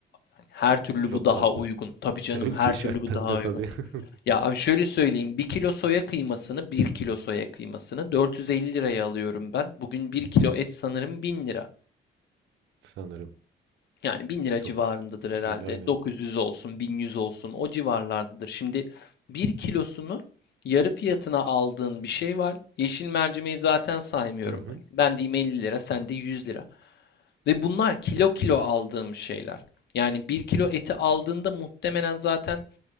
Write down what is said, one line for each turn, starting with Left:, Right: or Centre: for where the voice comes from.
Left: Hani Her türlü
Right: Çok
Left: bu daha
Right: farklı.
Left: uygun. Tabii canım
Right: <laughs> Ülke
Left: her türlü
Right: şartlarında
Left: bu daha uygun.
Right: tabii <laughs>
Left: Ya abi şöyle söyleyeyim. bir kilo soya kıymasını bir kilo soya kıymasını 450 liraya alıyorum ben. Bugün bir kilo et sanırım 1000 lira.
Right: sanırım.
Left: Yani 1000 lira
Right: Çok
Left: civarındadır herhalde.
Right: gibi aynen.
Left: 900 olsun, 1100 olsun o civarlardadır. Şimdi bir kilosunu yarı fiyatına aldığın bir şey var. Yeşil mercimeği zaten saymıyorum.
Right: Hı hı.
Left: Hani ben diyeyim 50 lira, sen de 100 lira. Ve bunlar kilo kilo aldığım şeyler. Yani bir kilo eti aldığında muhtemelen zaten